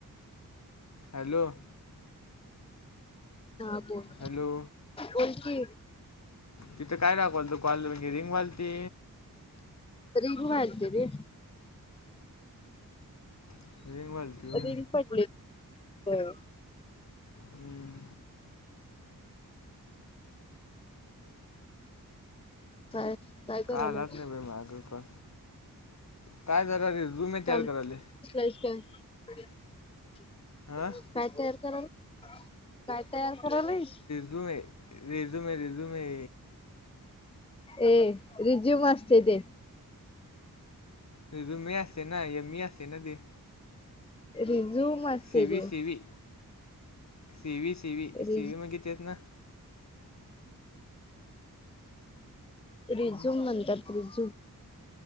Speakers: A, on the left (about 50°); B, on the left (about 15°).
A: हॅलो!
B: हा बोल
A: हॅलो
B: बोल की.
A: तिथं काय दाखवालत, कॉल वगैरे रिंग व्हालती
B: रिंग व्हालती रे.
A: रिंग वालती होय
B: रिंग पडली, होय.
A: हम्.
B: काय, काय करायलायस
A: काय आलाच नाही बाई माझं पण, काय जरा रेझूमे
B: काम
A: तयार करालोय.
B: <unintelligible>
A: आ
B: काय तयार करालाय, <inaudible> काय तयार करालाईस?
A: झूमे, रेझूमे, रेझूमे.
B: ए, रिझ्यूम असते ते.
A: रेझूमे असतंय ना, एम इ असतंय ना ते.
B: रिझूम असते
A: सी व्ही
B: ते.
A: C V C V, C V, C
B: रिज
A: व्ही म्हणजे तेच ना..
B: रिझूम
A: हां
B: म्हणतात रिझूम.